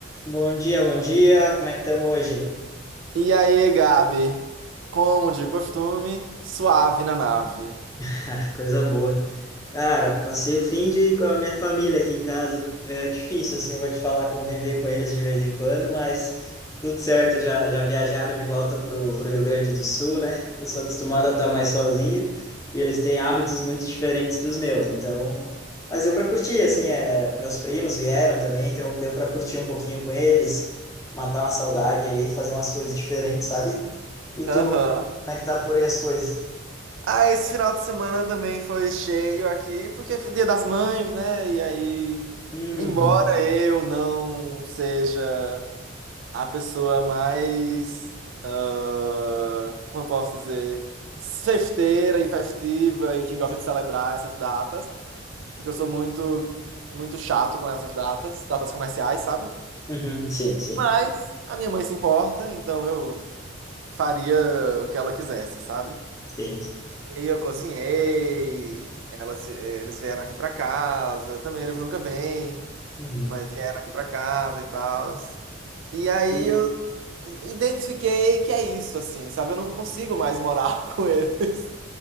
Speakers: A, on the left; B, on the right.
A: Bom dia, bom dia. Como é que estamos hoje?
B: E aí, Gabi? Como de costume, suave na nave.
A: <laughs> Coisa boa. Cara, passei o fim de com a minha família aqui em casa. É difícil, assim, vou te falar, conviver com eles de vez em quando, mas tudo certo, já, já viajaram de volta pro, pro Rio Grande do Sul, né? Eu sou acostumado a estar mais sozinho e eles têm hábitos muito diferentes dos meus, então... Mas deu para curtir, assim, é, meus primos vieram também, então deu para curtir um pouquinho com eles, matar uma saudade aí, fazer umas coisas diferentes, sabe? E
B: Aham.
A: tu, como é que tá por aí as coisas?
B: Ah, esse final de semana também foi cheio aqui, porque foi Dia das Mães, né? E aí,
A: Uhum,
B: embora eu não seja a pessoa mais, ah, como eu posso dizer, festeira e festiva e que gosta de celebrar essas datas, porque eu sou muito, muito chato com essas datas, datas comerciais, sabe?
A: uhum, sim, sim.
B: Mas a minha mãe se importa, então eu faria o que ela quisesse, sabe?
A: Sim,
B: E eu cozinhei, elas, eles vieram aqui pra casa, também eles nunca vêm,
A: Uhum.
B: mas vieram aqui pra casa e tal. E aí
A: E
B: eu identifiquei que é isso, assim, sabe? Eu não consigo mais morar <laughs> com eles.